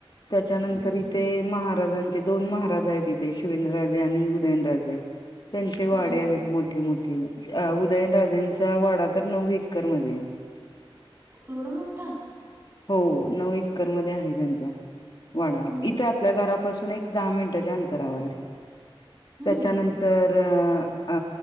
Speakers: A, on the left; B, on the right.
A: त्याच्यानंतर
B: हम्म हम्म
A: इथे महा महाराजांचे दोन महाराज आहेत इथे शिवेंद्रराजे आणि उदयनराजे त्यांचे वाडे
B: हम्म.
A: आहेत मोठे मोठे उदयनराजांचा वाडा तर नऊ एकर मध्ये आहे
B: एवढा मोठा
A: हो नऊ एकरमध्ये आहे त्यांचा वाडा
B: हम्म
A: इथे आपल्या घरापासून एक दहा मिनिटांच्या अंतरावर आहे
B: हम्म
A: त्याच्यानंतर - अ